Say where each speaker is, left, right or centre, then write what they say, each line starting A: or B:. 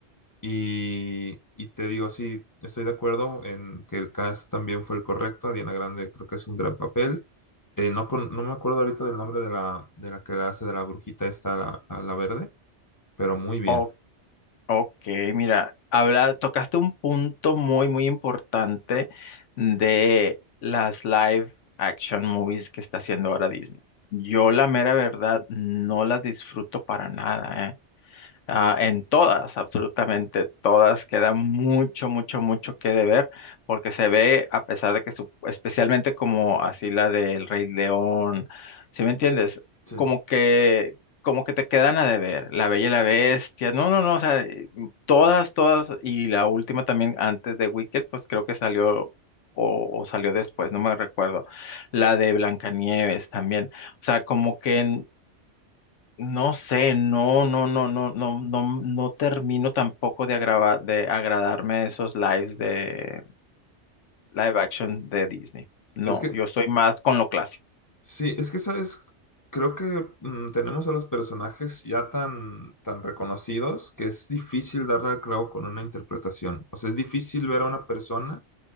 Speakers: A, on the left; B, on the left.
A: Y, y te digo, sí, estoy de acuerdo en que el cast también fue el correcto, Ariana Grande creo que es un gran papel. Eh, no, con- no me acuerdo ahorita del nombre de la, de la que la hace, de la brujita esta, la, la verde, pero muy bien.
B: Ok, Ok, mira, habla, tocaste un punto muy, muy importante de las live action movies que está haciendo ahora Disney. Yo la mera verdad no las disfruto para nada, ¿eh? Ah, en todas, absolutamente todas, queda mucho, mucho, mucho que deber, porque se ve, a pesar de que, su- especialmente como así la del Rey León, ¿sí me entiendes?
A: Sí.
B: Como que, como que te quedan a deber, La Bella y la Bestia, no, no, no, o sea, eh, todas, todas, y la última también antes de Wicked, pues creo que salió o, o salió después, no me recuerdo, la de Blancanieves también, o sea, como que no sé, no, no, no, no, no, no, no termino tampoco de agrava- de agradarme esos lives de live action de Disney. No,
A: Es que
B: yo soy más con lo clásico.
A: Sí, es que, ¿sabes? Creo que mm, tenemos a los personajes ya tan, tan reconocidos que es difícil darle al clavo con una interpretación. O sea, es difícil ver a una persona